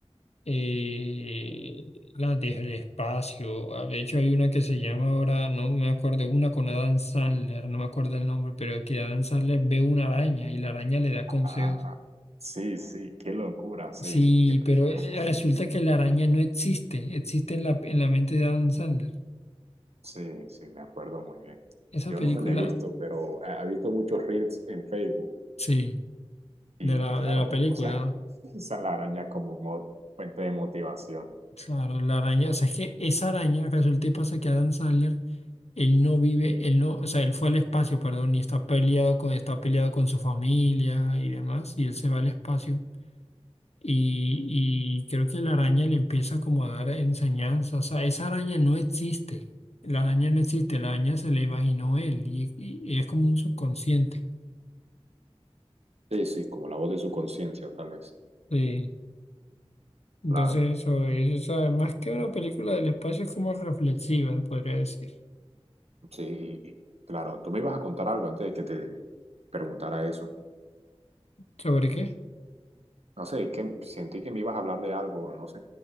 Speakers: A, on the left (about 80°); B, on the right (about 75°).
A: eh, las del espacio, ah, de hecho hay una que se llama ahora, no me acuerdo, es una con Adam Sandler, no me acuerdo el nombre, pero que Adam Sandler ve una araña y la araña le da consejos.
B: Ah, sí, sí, qué locura, sí.
A: Sí,
B: Yo-
A: pero eh,
B: <laughs>
A: resulta que la araña no existe, existe en la, en la mente de Adam Sandler.
B: Sí, sí, me acuerdo muy bien.
A: Esa
B: Yo
A: película,
B: no me la he visto, pero he he visto muchos reels en Facebook.
A: sí,
B: Y
A: de la,
B: claro,
A: de la película,
B: o sea, <laughs> usan la araña como mo- fuente de motivación.
A: claro, la araña, o sea, es que esa araña resulta y pasa que Adam Sandler, él no vive, él no, o sea, él fue al espacio, perdón, y está peleado con, está peleado con su familia y demás, y él se va al espacio Y, y creo que la araña le empieza como a dar enseñanzas. O sea, esa araña no existe. La araña no existe. La araña se la imaginó él y, y- y es como un subconsciente.
B: Sí, sí, como la voz de su conciencia, tal vez.
A: Sí. Entonces
B: Claro,
A: eso es, o sea, más que una película del espacio es como reflexiva, se podría decir.
B: sí, y- y- claro. Tú me ibas a contar algo antes de que te preguntara eso.
A: ¿Sobre qué?
B: No sé, que sentí que me ibas a hablar de algo, no sé,